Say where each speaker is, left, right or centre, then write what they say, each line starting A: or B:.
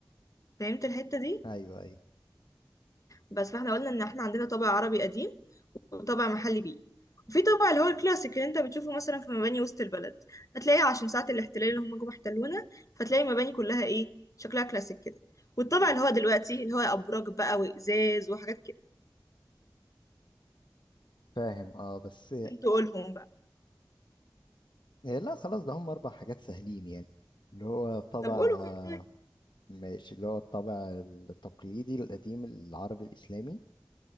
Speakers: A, on the left (about 45°); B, on the left (about 80°).
A: فهمت الحته دي
B: ايوه ايوه
A: بس فاحنا قلنا ان احنا عندنا طابع عربي قديم وطابع محلي بيئي وفي طابع اللي هو الكلاسيك اللي انت بتشوفه مثلا في مباني وسط البلد هتلاقيه عشان ساعه الاحتلال اللي هم جم احتلونا فتلاقي المباني كلها ايه شكلها كلاسيك كده والطابع اللي هو دلوقتي اللي هو ابراج بقى وازاز وحاجات كده
B: فاهم اه بس
A: انتوا قولهم بقى
B: آه لا خلاص ده هم اربع حاجات سهلين يعني اللي هو طبع
A: طب قولهم
B: آه،
A: طيب.
B: ماشي اللي هو الطابع التقليدي القديم العربي الإسلامي